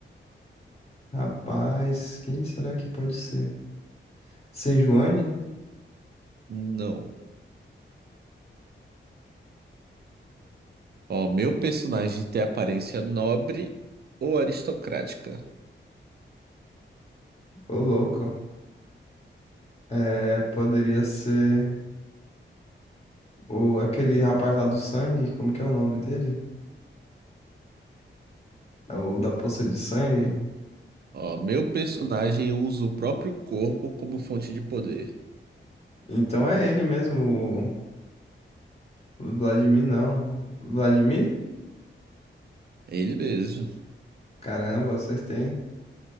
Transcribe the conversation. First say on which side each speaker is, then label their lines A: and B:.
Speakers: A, on the left; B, on the right.
A: Rapaz, quem será que pode ser? Sem Joane?
B: Não. Ó, meu personagem tem aparência nobre ou aristocrática.
A: Ô, louco. É, poderia ser. O, aquele rapaz lá do sangue, como que é o nome dele? É O da poça de sangue.
B: Ó, meu personagem usa o próprio corpo como fonte de poder.
A: Então é ele mesmo, o o Vladimir não. Vladimir?
B: É Ele mesmo.
A: Caramba, vocês têm.